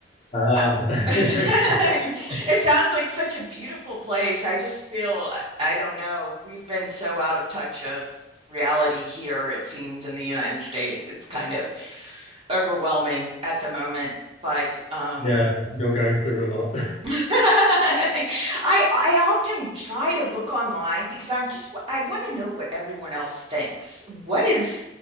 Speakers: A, on the left; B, on the right.
A: Oh,
B: I- <laughs>
A: <laughs>
B: It sounds like such a beautiful place. I just feel, I I don't know, we've been so out of touch of reality here, it seems, in the United States. It's kind of overwhelming at the moment. But um,
A: yeah, you're going through a lot.
B: <laughs> I I often try to look online because I'm just I want to know what everyone else thinks. What is